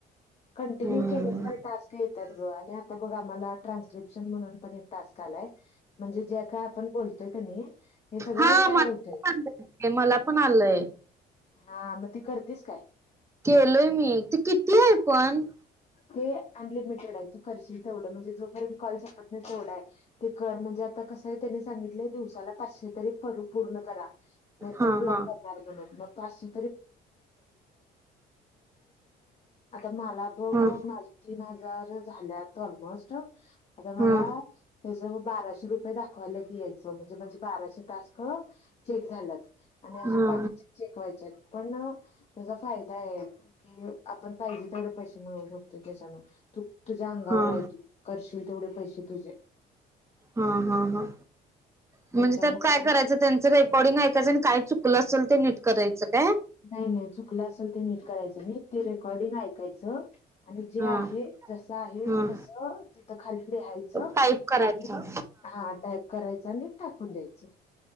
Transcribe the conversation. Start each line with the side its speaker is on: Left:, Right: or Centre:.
Left: कंटिन्यू
Right: हम्म
Left: केले तर टास्क येतात बघ आणि आता बघा आम्हाला ट्रान्स्क्रिप्शन म्हणून पण एक टास्क आलाय म्हणजे ज्या काय आपण बोलतोय क हे सगळ
Right: हा
Left: रेकॉर्ड
Right: मला पण
Left: होतय
Right: आलंय ते, मला पण आलंय
Left: हा मग ती करतेस काय
Right: केलोय मी तर किती आहे पण
Left: ते अनलिमिटेड आहे तू करशील तेवढं म्हणजे जोपर्यंत कॉल संपत नाही तेवढं आहे ते कर म्हणजे आता कसं आहे त्यानी सांगितलंय दिवसाला पाचश तरी पूर्ण करा नाहीर
Right: हा
Left: ब्लॉक
Right: हा
Left: प काय आता मला बघ
Right: हा
Left: माझ तीन हजार झालेत ऑलमोस्ट आता मला
Right: हा
Left: त्याच बाराशे रुपये दाखवायला यायचं म्हणजे म्हणजे बाराशे टास्क ठीक झालंत आणि अजून
Right: हा
Left: बाकीचे शिकवायच्या पण त्याचा फायदा आहे की आपण पाहिजे तेवढे पैसे मिळवू शकते त्याच्यान तू तुझ्या अंगावर
Right: हा
Left: आहे करशील तेवढे पैसे तुझे
Right: हा हा ह म्हणजे
Left: त्याच्यामुळ
Right: त्यात काय करायचं त्यांच रेकॉर्डिंग कायच आणि काय चुकलं असेल ते नीट करायचं काय
Left: नाही नाही चुकलं असेल ते नीट करायचं मी ते रेकॉर्डिंग ऐकायचं आणि जे
Right: हा
Left: आहे जसं आहे
Right: ह
Left: तस तिथं खाली लिहायचं
Right: टाईप करायचं
Left: आणि हा टाईप करायच आणि टाकून द्यायचं